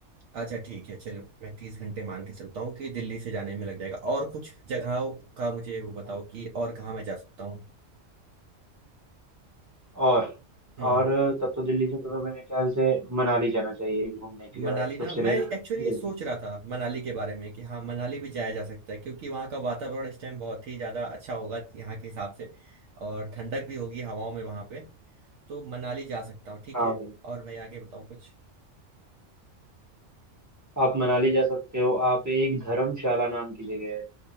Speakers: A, on the right; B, on the right.
A: अच्छा ठीक है चलो मैं तीस घंटे मान के चलता हूँ कि दिल्ली से जाने में लग जाएगा और कुछ जगहों का मुझे वो बताओ
B: हाँ
A: कि और कहाँ मैं जा सकता हूँ
B: और
A: हम्म
B: और तब तो दिल्ली से तुम्हें मेरे ख्याल से मनाली जाना चाहिए घूमने के लिए
A: मनाली
B: भाई सबसे
A: ना मैं
B: रे-
A: एक्चुअली
B: नजदीक
A: ये सोच रहा था मनाली के बारे में कि हाँ मनाली भी जाया जा सकता है क्योंकि वहाँ का वातावरण इस टाइम बहुत ही ज़्यादा अच्छा होगा यहाँ के हिसाब से और ठंडक भी होगी हवाओं में वहाँ पे तो मनाली जा सकता हूँ ठीक
B: हाँ
A: है
B: भाई
A: और भाई आगे बताओ कुछ
B: आप मनाली जा सकते हो आप एक धर्मशाला नाम की जगह है